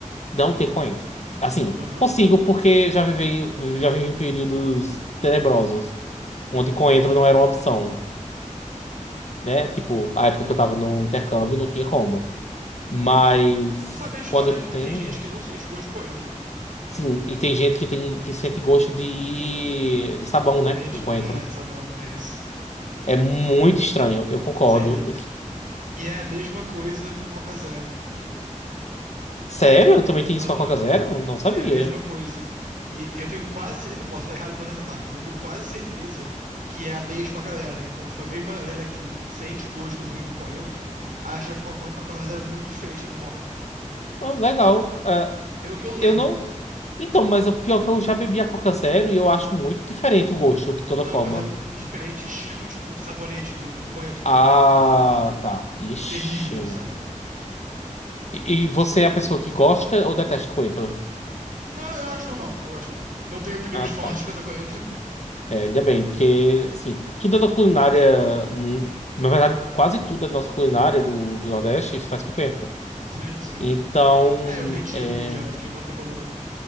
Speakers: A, on the left (about 55°); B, on the right (about 85°).
A: Não ter coentro. Assim,
B: Aham.
A: consigo porque já vivi, já vivi em períodos tenebrosos, onde coentro não era uma opção, né? Tipo, a época que eu tava no intercâmbio não tinha como. Mas
B: Tu sabe a história
A: quando
B: de que
A: tem,
B: tem gente que não sente o gosto de coentro, né?
A: sim, e tem gente que tem que sente gosto de, de sabão,
B: Sabonete,
A: né? Com coentro.
B: né? É, sabão, é isso.
A: É muito estranho, eu concordo.
B: Sim. E é a mesma coisa com Coca Zero.
A: <laughs> Sério? Também tem
B: Aham.
A: isso com a Coca Zero? Não sabia.
B: Tem a mesma coisa. E eu tenho quase. cer- Eu posso estar errado quanto a essa parte, mas eu tenho quase certeza que é a mesma galera. Então, tipo, a mesma galera que sente o gosto ruim do coentro acha a Coca- a Coca Zero muito diferente da normal.
A: Ah, legal. Ah,
B: Pelo que eu lembro,
A: Eu não. Então, mas o pior é que eu já bebi a Coca Zero e eu acho muito diferente o gosto, de toda
B: Não,
A: forma.
B: mas é um, um diferente estilo, tipo, sabonete do, do do coentro, entendeu?
A: Ah, tá. Ixi.
B: Terrível, sabe?
A: E, e você é a pessoa que gosta ou detesta coentro?
B: Não, eu acho normal, eu acho normal. Não tenho opiniões
A: Ah,
B: <laughs> fortes
A: tá.
B: quanto a coentro.
A: É, ainda bem, porque, assim, tudo é da culinária. hum, Na verdade, quase tudo da nossa culinária do, do Nordeste se faz com coentro.
B: <laughs> Sim, sim.
A: Então,
B: É, eu nem tinha
A: é.
B: como odiar, eu fiquei um tempo morando.